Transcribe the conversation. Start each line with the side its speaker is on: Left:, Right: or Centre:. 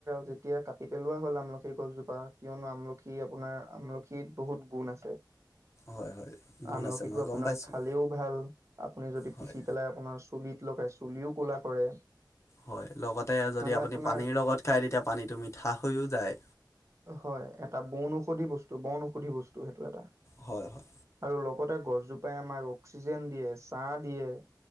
Right: যেতিয়া কাটি পেলোৱা হ'ল আমলখিৰ গছজোপা। কিয়নো আমলখি আপোনাৰ আমলখিত বহুত গুণ আছে।
Left: হয় হয় গুণ
Right: আমলখিটো
Left: আছে মই
Right: আপোনাৰ
Left: গম পাইছোঁ
Right: খালেও ভাল। আপুনি যদি
Left: হয়
Right: পিচি পেলাই আপোনাৰ চুলিত লগাই চুলিও ক'লা কৰে।
Left: হয়, লগতে যদি
Right: মানে
Left: আপুনি
Right: আপোনাৰ
Left: পানীৰ লগত খায় তেতিয়া পানীটো মিঠা হৈয়ো যায়।
Right: হয়, এটা বন ঔষধি বস্তু, বন ঔষধি বস্তু সেইটো এটা।
Left: হয়, হয়।
Right: আৰু লগতে গছজোপাই আমাক অক্সিজেন দিয়ে ছাঁ দিয়ে।